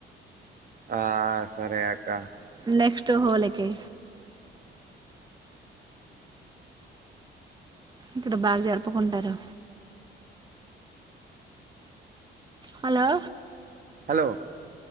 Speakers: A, on the right (about 45°); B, on the right (about 20°).
A: ఆ సరే అక్క
B: నెక్స్ట్ హోలీ కి ఇక్కడ బాగా జరుపుకుంటారు హలో
A: హలో